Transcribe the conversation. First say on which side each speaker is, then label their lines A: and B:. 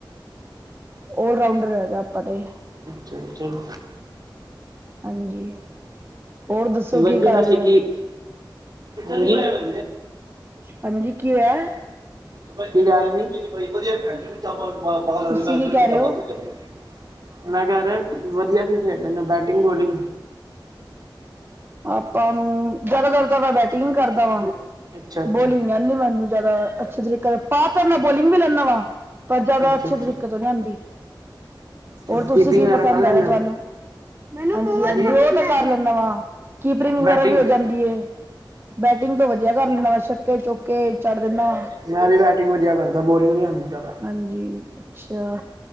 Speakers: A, on the right (about 30°); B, on the right (about 50°).
A: ਓਲ ਰਾਊਂਡਰ ਹੈਗਾ ਆਪਾਂ ਤੇ।
B: ਅੱਛਾ ਜੀ ਚਲੋ
A: ਹਾਂਜੀ। ਹੋਰ ਦੱਸੋ
B: ਵਧੀਆ
A: ਕੀ ਕਰ
B: ਵੈਸੇ
A: ਰਹੇ ਹੋ?
B: ਕੀ ਹਾਂਜੀ <unintelligible> <unintelligible>
A: ਹਾਂਜੀ ਕੀ ਹੋਇਆ
B: ਬੜੀ ਵਧੀਆ ਹੈ ਭੈਣਜੀ <unintelligible>
A: ਤੁਸੀਂ ਕੀ ਕਹਿ ਰਹੇ ਹੋ
B: ਮੈਂ ਕਹਿ ਰਿਹਾ ਵਧੀਆ ਕੀ ਖੇਡ ਲੈਂਦਾ? ਬੈਟਿੰਗ-ਬੋਲਿੰਗ।
A: ਆਪਾਂ ਨੂੰ। ਜ਼ਿਆਦਾ ਤਰ ਤਾਂ ਮੈਂ ਬੈਟਿੰਗ ਕਰਦਾ ਵਾਂ।
B: ਅੱਛਾ-ਅੱਛਾ।
A: ਬੋਲਿੰਗ ਨੀ ਆਦੀ ਮੈਨੂੰ ਜਿਆਦਾ ਅੱਛੇ ਤਰੀਕੇ ਨਾ, ਪਾ ਤਾਂ ਮੈਂ ਬੋਲਿੰਗ ਵੀ ਲੈਂਦਾ ਵਾ ਪਰ, ਜ਼ਿਆਦਾ
B: ਅੱਛਾ-ਅੱਛਾ
A: ਅੱਛੇ ਤਰੀਕੇ ਤੋਂ ਨਹੀ ਆਉਂਦੀ।
B: ਚਲੋ
A: ਹੋਰ ਤੁਸੀਂ
B: ਕੀਪਿੰਗ
A: ਕੀ
B: ਵਗੈਰਾ
A: ਪਸੰਦ
B: ਕਰ ਲੈਂਦੇ
A: ਹੈਗਾ
B: ਹੋ?
A: ਤੁਹਾਨੂੰ? ਹਾਂਜੀ-ਹਾਂਜੀ
B: ਹਾਂਜੀ
A: ਉਹ ਤੇ ਕਰ ਲੈਂਦਾ ਵਾਂ। ਕੀਪਰਿੰਗ
B: ਬੈਟਿੰਗ
A: ਵਗੈਰਾ ਵੀ ਹੋ ਜਾਂਦੀ ਹੈ। ਬੈਟਿੰਗ ਤੋਂ ਵਧੀਆ ਕਰ ਲੈਣਾ ਵੈਸੇ ਤੇ ਚੁੱਕਕੇ ਚੜ੍ਹ ਦਿੰਨਾ।
B: ਮੈਂ ਵੀ ਬੈਟਿੰਗ ਵਧੀਆ ਕਰਦਾ ਬੋਲਿੰਗ ਨੀ ਆਂਦੀ ਜ਼ਿਆਦਾ।
A: ਹਾਂਜੀ। ਅੱਛਾ